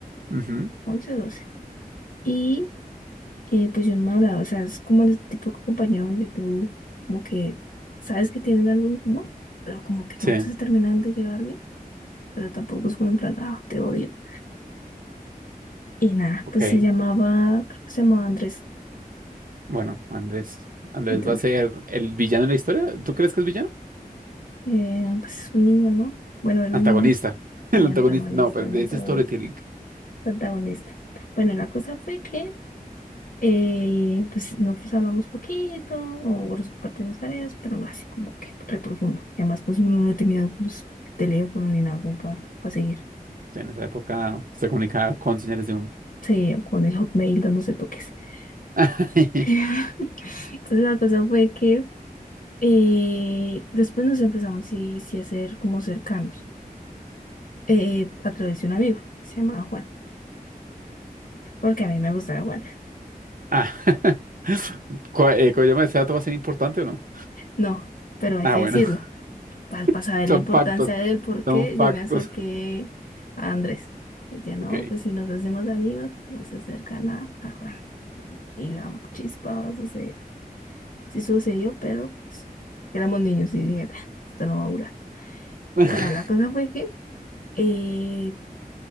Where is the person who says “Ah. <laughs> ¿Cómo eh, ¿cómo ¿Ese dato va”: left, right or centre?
Right